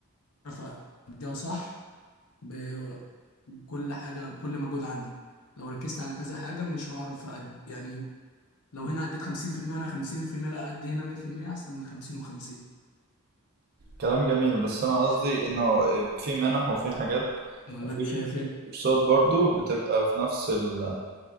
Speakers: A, on the left; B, on the right.
A: اعرف اديها صح ب- بكل حاجه بكل مجهود عندي لو ركزت على كذا حاجه مش هعرف أد... يعني لو هنا اديت 50% وانا 50% لا ادي هنا 100% احسن من 50 و50
B: كلام جميل بس أنا قصدي إنه آه، في منح وفي حاجات
A: ولا
B: وفي
A: انت شايف ايه
B: كورسات برضو بتبقى في نفس ال